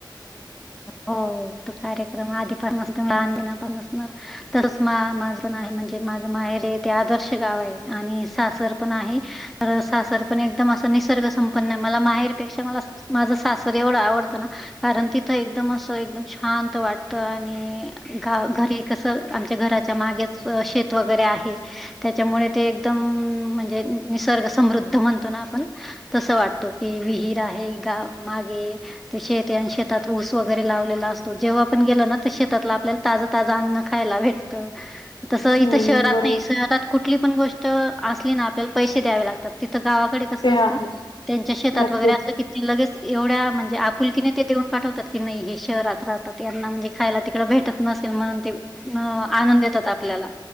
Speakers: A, in the centre; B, on the left.
A: हो तो कार्यक्रम आधी पण अस लहानपणा पण असणार तसच मा माझं माहेर म्हणजे माझं माहेर हे ते आदर्श गाव आहे आणि सासर पण आहे माझं सासर पण एकदम अस निसर्ग संपन्न आहे मला माहेरपेक्षा मला माझं सासर एवढं आवडतं ना. कारण तिथं एकदम असं एकदम शांत वाटत. आणि गा घरी कस, आमच्या घराच्या मागेच शेत वगैरे आहे. त्याच्यामुळे ते एकदम म्हणजे निसर्ग समृद्ध म्हणतो ना आपण. तस वाटत. ती विहीर आहे ग मागे. ते शेत आणि शेतात ऊस वगैरे लावलेला असतो. जेव्हा पण गेलो ना. तर शेतातल आपल्याला ताज-ताज अन्न खायला भेट त. तसं
B: हम्म
A: इथं शहरात
B: बरोबर
A: नाही. शहरात कुठली पण गोष्ट असली ना आपल्याला पैसे द्यावे लागतात. तिथं गावाकडे कसं
B: ते
A: असत.
B: आहे
A: त्यांच्या शेतात
B: नक्कीच.
A: वगैरे असल की लगेच एवढ्या म्हणजे आपुलकीने ते देऊन पाठवतात. की नाही हे शहरात राहतात. यांना म्हणजे खायला तिकड भेटत नसेल. म्हणून ते अं आनून देतात आपल्याला.